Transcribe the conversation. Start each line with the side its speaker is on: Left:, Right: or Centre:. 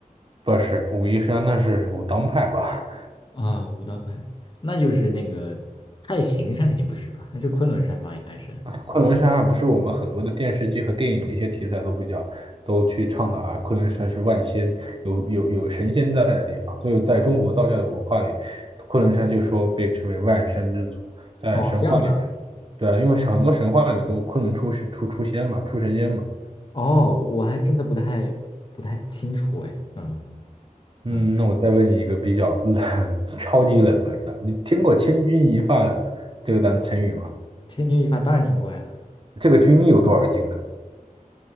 Right: 不是武夷山，那是武当派吧？
Left: 啊，武当派，那就是那个太行山肯定不是吧？那是昆仑山吧？应该是。
Right: 啊，昆仑山啊，不是我们很多的电视剧和电影的一些题材都比较都去倡导啊，昆仑山是万仙有有有神仙在的地方，所以在中国道教的文化里，昆仑山就说被称为万山之祖，在神话里面，
Left: 哦，这样子啊。
Right: 对啊，因为很多神话里面都昆仑出世出出仙嘛，出神仙嘛。
Left: 哦，我还真的不太不太清楚哎。嗯
Right: 嗯，
Left: 嗯，
Right: 那我再问你一个比较冷、<laughs> 超级冷门的，你听过“千钧一发”这个单成语吗？
Left: 千钧一发当然听过呀。
Right: 这个“钧”有多少斤呢？